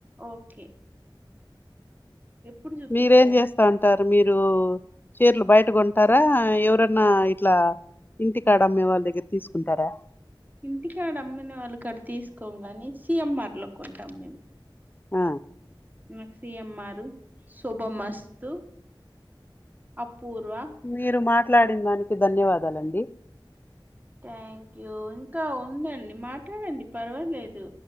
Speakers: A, on the right; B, on the left.
A: ఓకే ఎప్పుడు చూపిస్తారు
B: మీరేం చేస్తా అంటారు మీరు యో చీరలు బయటకుంటారా ఎవరన్నా ఇట్లా ఇంటి కాడా మివాళ్ళ వాళ్ళ దగ్గర తీసుకుంటారా
A: ఇంటికాడ అమ్మిన వాళ్ళ కాడ తీసుకో గాని సీఎమ్మ లొ కొంటాం మేం
B: ఆ
A: నా సి ఎం ఆర్ శుభమస్తు అపూర్వ
B: మీరు మాట్లాడిన దానికి ధన్యవాదాలు వాదాలండి
A: థ్యాంక్ యూ ఇంకా ఉందండి మాట్లాడండి పర్వాలేదు